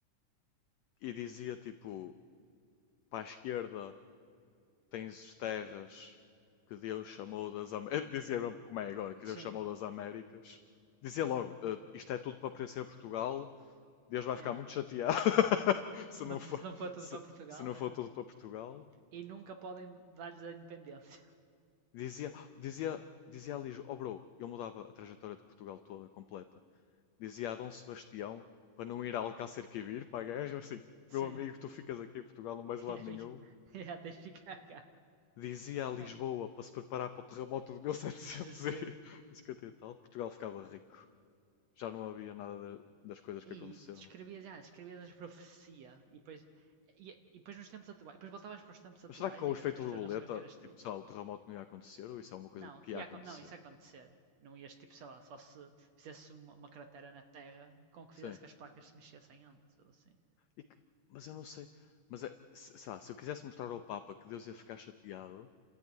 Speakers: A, on the left; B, on the right.
A: e dizia, tipo, para a esquerda tens terras que Deus chamou das Américas, <laughs> dizia mesmo como é agora, que
B: <laughs> Sim,
A: Deus chamou das Américas, dizia logo, "Eh, isto é tudo para pertencer a Portugal Deus vai ficar
B: yeah.
A: muito chateado <laughs> se,
B: Se
A: não
B: não,
A: for,
B: se não for tudo
A: se,
B: para Portugal,
A: se não
B: é.
A: for todo para Portugal.
B: E nunca podem dar-lhes a independência.
A: Dizia, dizia, dizia a Lijo, oh bro, eu mudava a trajetória de Portugal toda, completa. Dizia a Dom Sebastião para não ir a Alcácer Quibir para a guerra, assim,
B: <laughs> Sim,
A: meu amigo, tu ficas aqui em Portugal, não vais a lado
B: yeah, fica-
A: nenhum.
B: <laughs> yeah, tens de ficar cá.
A: Dizia a Lisboa
B: Ah,
A: para se preparar para o terremoto de 1750
B: Jesus.
A: e <laughs> cinquenta e tal, Portugal ficava rico. Já não havia nada de- das coisas que
B: Aí,
A: aconteceram.
B: escrevias, ah, escrevias as profecia e depois, e, e depois nos tempos atuais, depois voltavas para os tempos atuais
A: Mas será que com
B: e
A: o efeito
B: as
A: borboleta,
B: pessoas não sabiam que eras
A: tipo,
B: tu.
A: sei lá, o terremoto não ia acontecer? Ou isso é uma coisa
B: Não,
A: que
B: ia,
A: ia acontecer?
B: não, isso ia acontecer. Não ias tipo, sei lá, só se fizesse uma, uma cratera na terra com que
A: Sim.
B: fizesse que as placas se mexessem antes, ou assim.
A: E que- mas eu não sei. Mas é, se, sabe, se eu quisesse mostrar ao Papa que Deus ia ficar chateado